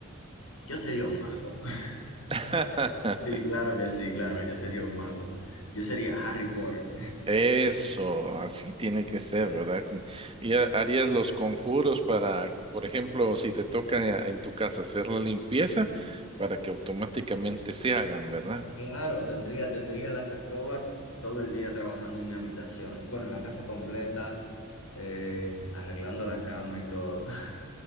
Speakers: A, on the left (about 85°); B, on the right (about 25°).
A: Yo sería un mago. <laughs>
B: <laughs>
A: Sí, claro que sí, claro, yo sería un mago. Yo sería Harry Potter.
B: Eso, así tiene que ser, ¿verdad? Con- Y ha- harías los conjuros para, por ejemplo, si te toca eh, en tu casa hacer la limpieza, para que automáticamente se hagan, ¿verdad?
A: Claro, tendría, tendría las escobas todo el día trabajando en mi habitación. Bueno, en la casa completa, eh, arreglando la cama y todo. <laughs>